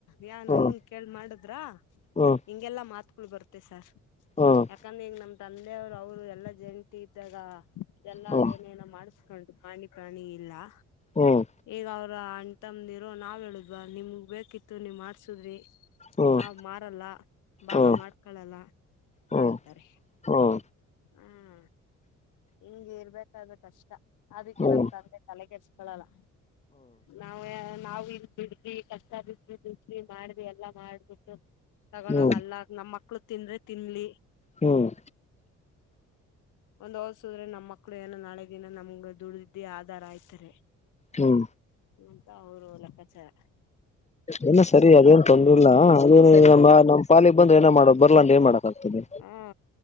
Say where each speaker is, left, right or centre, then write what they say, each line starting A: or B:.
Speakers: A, on the left; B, on the left.
A: ಯ ನಮ್ಮನ್
B: ಹ್ಮ್
A: ಕೇಳ್ಮಾಡುದ್ರಾ
B: ಹ್ಮ್
A: ಹಿಂಗೆಲ್ಲಾ ಮಾತ್ ಳ್ ಬರುತ್ತೆ ಸರ್
B: ಹ್ಮ್
A: ಯಾಕಂದ್ರಿಗ್ ನಮ್ ತಂದ್ ವ್ರ್ ಅವ್ರು ಎಲ್ಲಾ ಜಂಟಿ ಇದ್ದಾಗ ಎಲ್ಲ
B: ಹ್ಮ್
A: ಅದೇನೇನೊ ಮಾಡ್ಸ್ ಕೊಂಡ್ ಪಾಣಿ ಪ್ರಾಣಿ ಲ್ಲಾ
B: ಹ್ಮ್
A: ಈಗವ್ರ್ ಅಣ್ ತಮ್ದಿರೋ ನಾವ್ ಹೇಳುದ್ವ ನಿಮಗ್ಬೇಕಿತ್ತು ನೀವ್ ಮಾಡ್ಸುದ್ರಿ
B: ಹ್ಮ್ ಹ್ಮ್
A: ನಾವ್ ಮಾರಲ್ಲ ಭಾಗ
B: ಹ್ಮ್
A: ಮಾಡ್ಕಳಲ್ಲ
B: ಹ್ಮ್
A: ಅಂತಾರೆ
B: ಹ್ಮ್ ಹ್ಮ್
A: ಹ್ಮ್ಮ್ ಇಂಗಿರ್ಬೇಕಾದ್ರೆ ಕಷ್ಟ ಅದಕ್ಕೆ
B: ಹ್ಮ್
A: ನಮ್ಮಂದೆ ತಲೆ ಕೆಡ್ಸ್ ಕೊಳಲ್ಲ ನಾವ್ಯಾ ನಾವಿಡ್ದಿದ್ವಿ ಕಷ್ಟ ಬಿದ್ಬಿಟಿದ್ವಿ ಎಲ್ಲಾ ಮಾಡ್ಬಿಟ್ಟು ತಗೊಂಡೋಗಲ್ಲಾಕ್
B: ಹ್ಮ್
A: ನಮ್ಮಕ್ಳು ತಿಂದ್ರೆ ತಿನ್ಲಿ
B: ಹ್ಮ್
A: ಒಂದೋಸ್ ದ್ರೆ ನಮ್ಮಕ್ಕ್ಳು ಏನೋ ನಾಳೆ ದಿನ ನಮ್ಗ ದುಡ್ಡಿ ಆಧಾರ ಆಯ್ತಾರೆ
B: ಹ್ಮ್
A: ಅಂತ ಅವ್ರು ಲೆಕ್ಕಾಚಾರ
B: ಏನೋ ಸರಿ ಅದೇನ್ ತೊಂದ್ರಿಲ್ಲಾ ಹಮ್ ನಮ್ಮ
A: ಹ
B: ನಂಪಾಲಿಗ್ ಬಂ ಏನೋ ಮಾಡದ್ ಬರ್ಲ ಅಂದ್ರ್ ಎಮ್ಮಾಡದ್ ಬತ್ತದೆ
A: ಹಾ